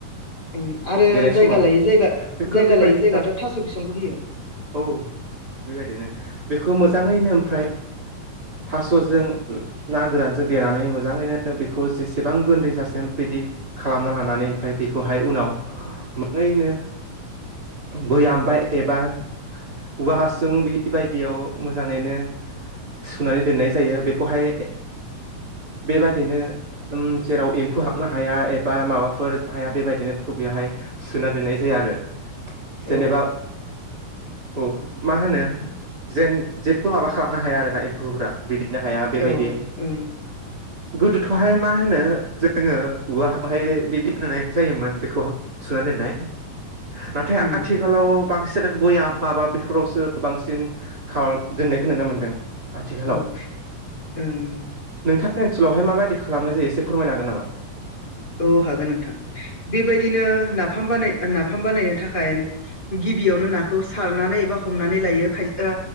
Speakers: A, on the left (about 30°); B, on the right (about 35°).
A: ओं आरो
B: देनाय
A: जायगा
B: समाव
A: लायै जायगा
B: बेखौ
A: जायगा
B: बेबायदिनो
A: लायै जायगाथ'
B: मोजां
A: थास' बिसंबो होयो
B: औ बेबायदिनो बेखौ मोजांङैनो ओमफाय थास' थ'जों ना गोरानजों देनानै मोजांङैनो बेखौ जेसेबां गोन्दै जासिम बिदि खालामना लानानै। ओमफ्राय बेखौहाय उनाव मोङैनो बैहामबाय एबा औवा हासुं बि बायदियाव मोजांङैनो सुनानै दोननाय जायो बेखौहाय बेबादिनो उम जेराव एम्फौ हाबनो हाया एबा माबाफोर हाया बेबायदिनो बेखौ बेहाय सोना दोननाय जायो आरो। जेनेबा
A: औ औ।
B: औ मा होनो जेन जेबो माबा खालामनो हाया आरोना एम्फौफ्रा बिदि। नो हाया बेबायदि
A: औ ओं
B: गोदोथ'हाय मा होनो जोङो औवा खौहाय बिदि दोननाय जायोमोन बेखौ सोना दोननाय नाथाय
A: उम
B: आथिखालाव बांसिन बयाम माबा बेफोरावसो बांसिन खालाम दोननायखौ नुनो मोन्दों। आथिखालाव।
A: औ ओं
B: नोंथांनि ओनसोलावहाय माबायदि खालामनाय जायो एसे फोरमायनो हागोन नामा?
A: औ हागोन नोंथां। बेबायदिनो नाफाम बानाय नाफाम बानायनो थाखाय गिबियावनो नाखौ सारनानै एबा हमनानै लायो खायसे ओ